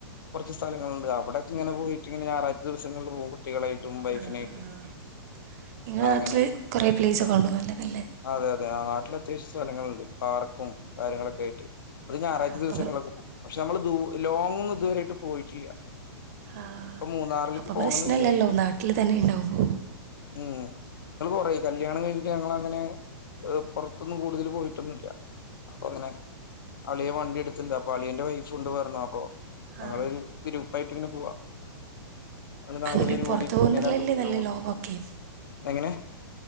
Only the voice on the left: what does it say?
കുറച്ച് സ്ഥലങ്ങളുണ്ട് അവിടൊക്കെ ഇങ്ങനെ പോയിട്ട് ഇങ്ങനെ ഞായറാഴ്ച ദിവസങ്ങളിൽ പോകുമ്പോ കുട്ടികളെയായിട്ടും വൈഫിനെയായിട്ടും
അങ്ങനെ
ആ അതേ അതേ ആം നാട്ടില് അത്യാവശ്യം സ്ഥലങ്ങളുണ്ട് പാർക്കും കാര്യങ്ങൾ ഒക്കെ ആയിട്ട് ഒരു ഞാ ദിവസങ്ങളൊക്കെ
പോവും പക്ഷെ നമ്മള് ദൂ ലോങ് ഒന്നും ഇതുവരെയായിട്ട് പോയിട്ടില്ല
പ്പം മൂന്നാറിലേക്ക്
പോണംന്ന്
വിചാരിക്ണ്ട്
ഉം ഞങ്ങള് കുറേ കല്യാണം കഴിഞ്ഞിട്ട് ഞങ്ങള് അങ്ങനെ പുറത്തൊന്നും കൂടുതൽ പോയിട്ടൊന്നുല്ല അപ്പൊ അങ്ങനെ അളിയൻ വണ്ടി എട് <unintelligible> അളിയന്റെ വൈഫ് ഉണ്ട് പറഞ് അപ്പൊ ഞങ്ങളൊരു
വൈകിട്ങ്ങനെ പോവാ ഞങ്ങള് നാലു
പേര്
കൂടി
പിന്നെ രണ്ട് കുട്ടികളും
കൂടി
എങ്ങനെ